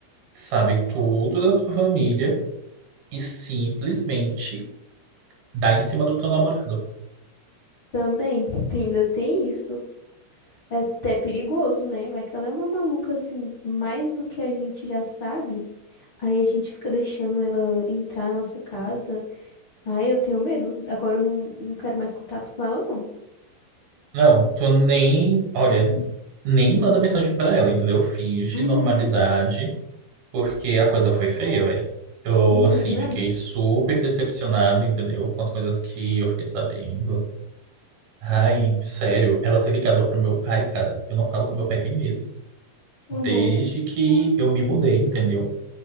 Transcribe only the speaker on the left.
Também, <laughs> tem- ainda tem isso. É até perigoso, né? Vai que ela é uma maluca assim, mais do que a gente já sabe. Aí a gente fica deixando ela entrar na nossa casa. Ai, eu tenho medo. Agora eu não, não quero mais contato com ela, não.
Uhum.
Uhum.
Né?
Uhum.